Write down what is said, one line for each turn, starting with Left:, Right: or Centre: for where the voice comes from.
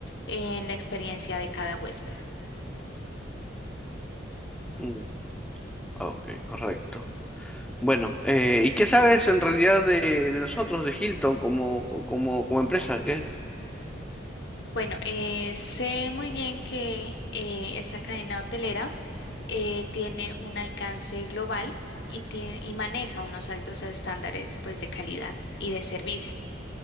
Left: en la experiencia de cada huésped.
Centre: Mm, ah, ok, correcto. Bueno, eh, ¿y qué sabes en realidad de, de nosotros, de Hilton, como, co- como, como empresa? ¿Qué es?
Left: Bueno, eh, sé muy bien que eh, esa cadena hotelera eh, tiene un alcance global y, tie- y maneja unos altos estándares pues de calidad y de servicio.